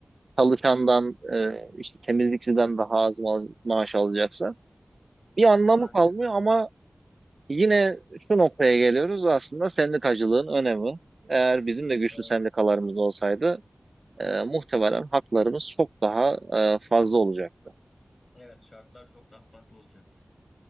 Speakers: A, on the right; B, on the left.
A: çalışandan e, işte temizlikçiden daha az ma- maaş alacaksa bir anlamı
B: Maalesef
A: kalmıyor
B: öyle.
A: ama yine şu noktaya geliyoruz aslında sendikacılığın önemi. Eğer bizim de güçlü
B: Evet.
A: sendikalarımız olsaydı e, muhtemelen haklarımız çok daha e, fazla olacaktı.
B: Evet şartlar çok daha farklı olacaktı.